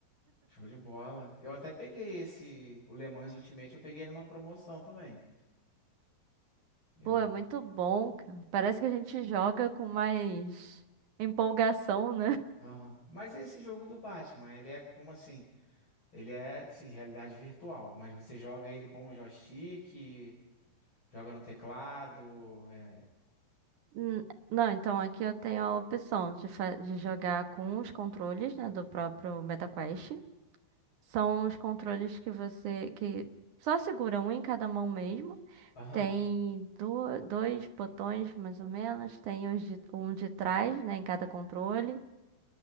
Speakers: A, on the left; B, on the right.
A: Show de bola. Eu até peguei esse, o Le Mans Ultimate, eu peguei numa promoção também. Eu.
B: Pô, é muito bom, cara. Parece que a gente joga com mais empolgação, né?
A: Aham. Mas esse jogo do Batman, ele é como assim? Ele é, sim, realidade virtual, mas você joga ele com o joystick. Joga no teclado. é.
B: Hum, Não, então aqui eu tenho a opção de, fa- de jogar com os controles, né, do próprio MetaQuest. São os controles que você que só segura um em cada mão mesmo.
A: Aham.
B: Tem du- dois botões mais ou menos, tem os de- um de trás, né, em cada controle.